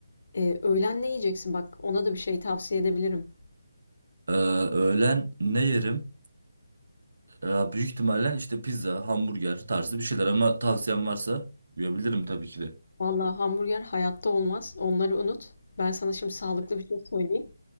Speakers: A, on the left; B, on the right.
A: Ee, öğlen ne yiyeceksin? Bak ona da bir şey tavsiye edebilirim.
B: Ee, öğlen ne yerim? Ee, büyük ihtimalle işte pizza, hamburger tarzı bir şeyler ama tavsiyen varsa yiyebilirim tabii ki de.
A: Vallahi hamburger hayatta olmaz. Onları unut. Ben sana şimdi sağlıklı bir şey söyleyeyim.